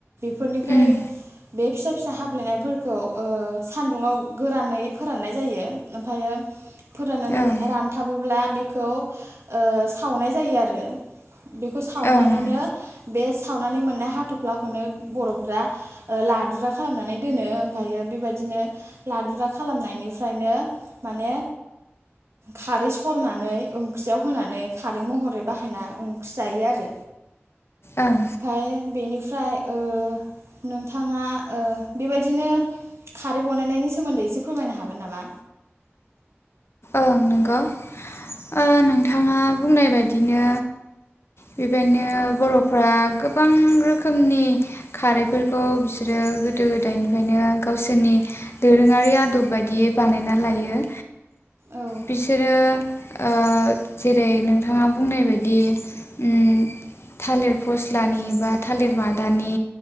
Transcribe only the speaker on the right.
फोरनिफ्राय
बे फिसा-फिसा हफ्लेनायफोरखौ ओ सान्दुंङाव गोरानै फोराननाय जायो ओमफायो फोराननानै
रानथाबोब्ला बे खौ ओ सावनाय जायो आरो बेखौ सावनानैनो
बे सावनानै मोननाय हाथफ्ला खौनो बर'फ्रा ओ ला दुरा खालामनानै दोनो ओमफायो बेबायदिनो लादुरा खालामनायनिफ्रायनो माने खारै सरनानै ओंख्रियाव होनानै खारै महरै बाहायना ओंख्रि जायो आरो।
ओमफाय बेनि फ्राय ओ नोंथांङा ओ बेबायदिनो खारै बनायनायनि सोमोन्दै एसे फोरमायनो हागोन नामा?
औ